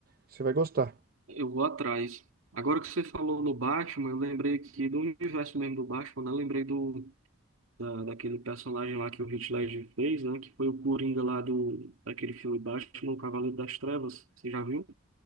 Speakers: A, on the right; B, on the right.
A: você vai gostar.
B: Eu vou atrás. Agora que você falou no Batman, eu lembrei aqui do universo mesmo do Batman, né? Eu lembrei do, da, daquele personagem lá que o Heath Ledger fez, né? Que foi o Coringa lá do, daquele filme Batman, o Cavaleiro das Trevas. Você já viu?